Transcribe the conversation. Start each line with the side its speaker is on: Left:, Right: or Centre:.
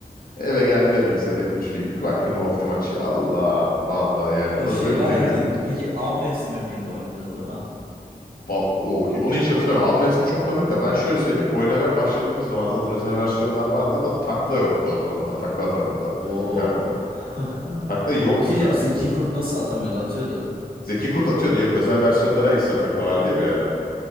Left: Eve geldi o bilgisayar yapılmış bir gibi. Bir baktım Wolf Team açıyor. Allah. Vallahi yani.
Right: O
Left: Ne
Right: şey
Left: dedim
Right: var
Left: ne
Right: ya
Left: güzel.
Right: hani peki av mevsimi miydi oynadığın zaman?
Left: Val o, hi- onu hiç hatırlamıyorum. Av mevsimi çok tanıdık da ben şöyle söyleyeyim. Oynamaya başladığımız zaman zaten özel versiyonlar vardı da takla yoktu o zamanlar. Takla atamıyordu o
Right: Oo.
Left: karakter.
Right: <laughs>
Left: Takla yoktu
Right: Bir şey diyeceğim
Left: galiba.
Right: Zeki Kurt nasıl atamıyordu atıyordu.
Left: Zeki Kurt atıyordu. Yok özel versiyonlara ekstra takla var diye bir ara.